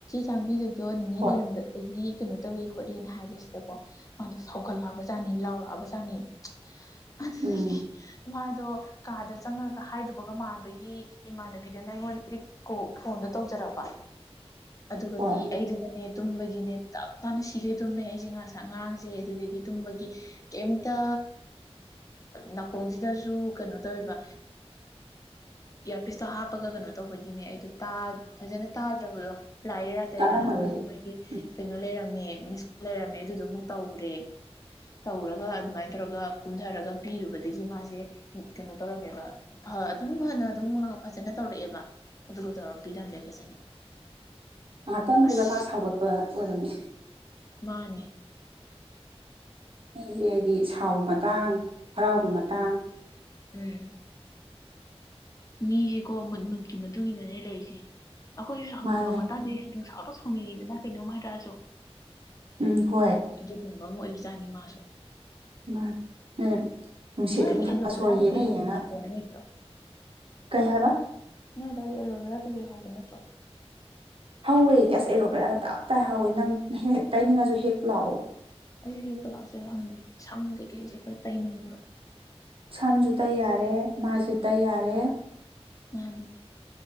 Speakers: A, on the left; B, on the right.
A: ꯆꯥꯡꯕꯤꯗꯨꯕꯗꯣ ꯅꯤꯅꯦ
B: ꯍꯣꯏ
A: ꯂꯩꯔꯝꯗ ꯑꯩꯈꯒꯤ ꯀꯩꯅꯣ ꯇꯧꯏ ꯈꯣꯠꯂꯤꯅ ꯍꯥꯏꯕꯁꯤꯗꯀꯣ ꯃꯥꯗꯤ ꯁꯥꯎꯒꯠꯂꯛꯑꯕꯖꯥꯠꯅꯤ ꯂꯥꯎꯔꯛꯑꯕꯖꯥꯠꯅꯤ ꯑꯗꯒꯤ
B: ꯎꯝ
A: ꯃꯥꯗꯣ ꯀꯥꯗ ꯆꯪꯉꯒ ꯍꯥꯏꯗꯨꯕꯒ ꯃꯥꯟꯕꯒꯤ ꯏꯃꯥꯟꯅꯕꯤꯗꯨꯅ ꯑꯩꯉꯣꯟꯗ ꯐꯣꯟꯗꯣ ꯇꯧꯖꯔꯛꯄ ꯑꯗꯨꯒꯗꯤ
B: ꯍꯣꯏ
A: ꯑꯩꯗꯨꯅꯅꯦ ꯇꯨꯝꯕꯒꯤꯅꯦ ꯇꯞ ꯇꯥꯅ ꯁꯤꯈꯩ ꯇꯨꯝꯃꯦ ꯑꯩꯁꯦ ꯉꯥꯁ ꯉꯔꯥꯡꯁꯦ ꯑꯗꯨꯗꯒꯤ ꯇꯨꯝꯕꯒꯤ ꯀꯩꯝꯇ ꯅꯥꯀꯣꯡꯁꯤꯗꯁꯨ ꯀꯩꯅꯣ ꯇꯧꯋꯦꯕ ꯏꯌꯥꯔꯄꯤꯁꯇꯣ ꯍꯥꯞꯄꯒ ꯀꯩꯅꯣ ꯇꯧꯕꯒꯤꯅꯦ ꯑꯩꯗꯣ ꯐꯖꯅ ꯇꯥꯗ꯭ꯔꯕꯗꯣ ꯂꯥꯛꯏꯔꯥ ꯇꯇꯩꯔꯥ
B: ꯀꯥꯔꯝꯃꯔꯣꯏ
A: ꯑꯗꯨꯒꯗꯤ
B: ꯎꯝ
A: ꯃꯣꯏꯒꯤ ꯀꯩꯅꯣ ꯂꯩꯔꯝꯃꯦ ꯃꯤ ꯁ꯭ꯀꯨꯜ ꯂꯩꯔꯝꯃꯦ ꯑꯗꯨꯗ ꯑꯃꯨꯛ ꯇꯧꯔꯦ ꯇꯧꯔꯒ ꯑꯗꯨꯃꯥꯏꯅ ꯇꯧꯔꯒ ꯀꯨꯝꯊꯔꯒ ꯄꯤꯔꯨꯕꯗꯒꯤ ꯃꯥꯁꯦ ꯀꯩꯅꯣ ꯇꯧꯔꯝꯃꯦꯕ ꯑꯗꯨꯝ ꯐꯅ ꯑꯗꯨꯝ ꯐꯖꯅ ꯇꯧꯔꯛꯑꯦꯕ ꯑꯗꯨꯒ ꯇꯧꯔꯄꯤꯔꯝꯃꯦ ꯐꯖꯅ
B: ꯉꯥꯏꯍꯥꯛꯇꯪꯗꯨꯗ
A: ꯑꯁ
B: ꯃꯥ ꯁꯥꯎꯒꯠꯄ ꯑꯣꯏꯔꯝꯃꯤ
A: ꯃꯥꯅꯦ
B: ꯃꯤꯁꯦ ꯍꯥꯏꯕꯗꯤ ꯁꯥꯎꯕ ꯃꯇꯥꯡ ꯍꯔꯥꯎꯕ ꯃꯇꯥꯡ
A: ꯎꯝ ꯃꯤꯁꯦꯀꯣ ꯃꯨꯠ ꯃꯨꯠꯀꯤ ꯃꯇꯨꯡ ꯏꯟꯅꯅꯦ ꯂꯩꯔꯤꯁꯦ ꯑꯩꯈꯣꯏꯁꯨ ꯁꯥꯎꯅꯤꯡꯕ
B: ꯃꯥꯅꯦ
A: ꯃꯇꯥꯡꯗꯪ ꯁꯥꯎꯗ ꯁꯥꯎꯅꯤꯡꯉꯤꯗꯅ ꯀꯩꯅꯣꯝ ꯍꯥꯏꯗ꯭ꯔꯁꯨ
B: ꯎꯝ ꯍꯣꯏ
A: ꯑꯗꯨꯒꯨꯝꯕ ꯑꯃ ꯑꯣꯏꯕꯖꯥꯠꯅꯤ ꯃꯥꯁꯨ
B: ꯃꯥ ꯅ ꯅꯨꯡꯁꯤꯠ
A: ꯅꯣꯏ
B: ꯅꯨꯡꯁꯥ
A: ꯑꯦꯂꯣꯕꯦꯔꯥ
B: ꯁꯣꯔ
A: ꯀꯩꯀꯩ
B: ꯌꯦꯡꯉ
A: ꯍꯧꯕ
B: ꯌꯦꯡꯉ
A: ꯅꯠꯇ꯭ꯔꯣ ꯅꯣꯏꯒꯤꯗꯣ
B: ꯀꯩ ꯍꯥꯏꯔ
A: ꯍꯥꯏ ꯇꯔꯗꯤ ꯑꯦꯂꯣꯕꯦꯔꯥ ꯀꯩꯀꯩ ꯍꯧꯕ ꯅꯠꯇ꯭ꯔꯣ
B: ꯍꯧꯋꯦ ꯑꯁ ꯑꯦꯔꯣꯄꯔꯥꯅ ꯇꯞ ꯇꯥꯏ ꯍꯧꯋꯦ ꯅꯪ ꯇꯩꯅꯤꯡꯉꯁꯨ ꯍꯦꯛ ꯂꯥꯛꯑꯣ
A: ꯑꯩꯁꯦ ꯍꯦꯛ ꯄꯂꯥꯛꯆ ꯍꯪꯉꯦ ꯁꯝ ꯀꯩꯀꯩꯁꯦ ꯈꯔ ꯇꯩꯅꯤꯡꯕ꯭ꯔ
B: ꯁꯝꯁꯨ ꯇꯩ ꯌꯥꯔꯦ ꯃꯥꯏꯁꯨ ꯇꯩ ꯌꯥꯔꯦ
A: ꯃꯥꯅꯦ